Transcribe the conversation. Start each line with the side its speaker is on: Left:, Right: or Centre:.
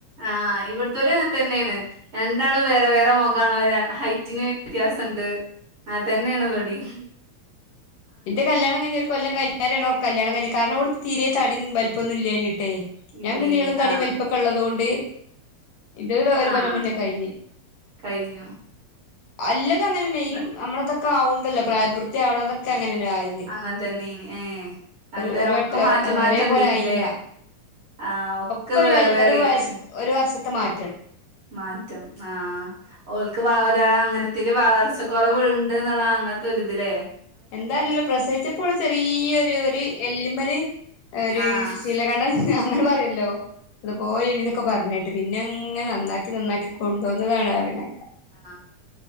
Right: ആഹ് ഇവിടത്തെര് അങ്ങനെ തന്നെയാണ് രണ്ടാളും വേറെ വേറെ മൊ കോണാര ഹൈറ്റിന് വ്യത്യാസ ഉണ്ട് അ തന്നെയാണ് ഇവടീം.
Left: എന്റെ കല്യാണം കഞ്ഞഞ് ഒരു കൊല്ലം കൈ ഞ്ഞാരെയാണ് കല്യാണ കയ്ഞ്ഞെ കാരണം ഓള് തീരെ തട്ടീ വലിപ്പൊന്നുല്ലയ്നിം. തെ
Right: ഇല്ലേനി
Left: ഞാൻ പിന്നെ നീളംതടി
Right: ആഹ്
Left: വലിപ്പൊക്കെ ഉള്ളതോണ്ട് ഇന്റെത് ഒരു
Right: ആഹ്
Left: കൊല്ലം മുന്നേ കഴിഞ്ഞെ.
Right: കഴിഞ്ഞു
Left: എല്ലതും അങ്ങനെന്നെ ഈ
Right: ന-
Left: നമ്മള ഇതൊക്കെ ആുകണ്ടല്ലോ പ്രായപൂർത്തി ആവുന്നതൊക്കെ അങ്ങനെല്ല ആയത്
Right: അങ്ങനെ തന്നെനി ഏഹ് അല്ല
Left: ഒരു ഒരു
Right: ഒക്കെ
Left: വട്ട
Right: മാറ്റം മാറ്റം
Left: ഒരേ
Right: ഉണ്ടീനില്ലേ
Left: പോലെ ആയില്ല.
Right: ആഹ്
Left: ഒക്കെ ഒരു
Right: വേറെ
Left: വ
Right: വേറെ
Left: ഒരു
Right: ആയിട്ട്
Left: വയ ഒരു വർഷത്തെ മാറ്റം.
Right: മാറ്റം ആഹ ഓല്ക്ക് ഒരാൾ അങ്ങനത്തി വളർച്ച കെറവുണ്ട് ന്നുള്ള അങ്ങത്തൊരുത്‌ല്ലേ.
Left: എന്താഅറീല്ല പ്രസവിച്ചപള് ഓള് ചെറിയരു ഒരു എല്ലിമ്മല് ഒരു
Right: ആഹ്
Left: ശീലകണ്ട അങ്ങനെ പറയല്ലോ അതുപോലെ അയ്നിം ന്നൊക്കെഇ പറഞ്ഞേട്ട്. പിന്നെ അങ്ങനെ നന്നാക്കി നന്നാക്കി കൊണ്ടുോന്നതാണ് പറീണത് കേക്കാ
Right: ആഹ